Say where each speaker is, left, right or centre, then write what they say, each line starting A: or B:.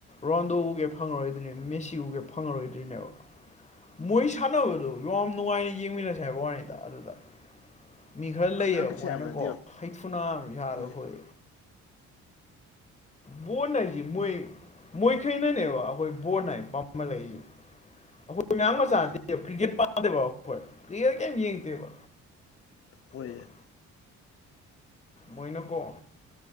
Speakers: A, on the left; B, on the left.
A: ꯔꯥꯟꯗꯣ ꯎꯒꯦ ꯐꯪꯉꯔꯣꯏꯗꯣꯏꯅꯦ ꯃꯦꯁꯤ ꯎꯒꯦ ꯐꯪꯉꯔꯣꯏꯗꯣꯏꯅꯦꯕ ꯃꯣꯏ ꯁꯥꯟꯅꯕꯗꯨ ꯌꯥꯝ ꯅꯨꯡꯉꯥꯏꯅ ꯌꯦꯡꯃꯤꯟꯅꯁꯦ ꯍꯥꯏꯕ ꯋꯥꯅꯤꯗ ꯑꯗꯨꯗ ꯃꯤ ꯈꯔ ꯂꯩꯌꯦꯕ
B: ꯈꯠꯅꯈꯤꯁꯦ
A: ꯃꯣꯏꯅꯀꯣ
B: ꯍꯥꯏꯕ ꯅꯠꯇꯦꯕ
A: ꯍꯩꯊꯨꯅꯥ ꯑꯃ ꯁꯥꯔꯗꯣ
B: ꯃꯣꯏ
A: ꯍꯣꯏ ꯕꯣꯔꯠ ꯍꯥꯏꯁꯦ ꯃꯣꯏ ꯃꯣꯏꯈꯩꯅꯅꯦꯕ ꯑꯩꯈꯣꯏ ꯕꯣꯔꯠ ꯅꯥꯏ ꯄꯥꯃꯜ ꯂꯩꯏꯁꯦ ꯑꯩꯈꯣꯏ ꯃꯌꯥꯝ
B: ꯃꯥꯅꯦ
A: ꯃꯆꯥꯥꯗꯦ ꯀ꯭ꯔꯤꯛꯀꯦꯠ ꯄꯥꯝꯗꯦꯕ ꯑꯩꯈꯣꯏ ꯄ꯭ꯂꯦꯌꯔ ꯀꯩꯝ ꯌꯦꯡꯗꯦꯕ
B: ꯑꯣꯏꯌꯦ
A: ꯑꯗꯣ ꯃꯣꯏꯅꯀꯣ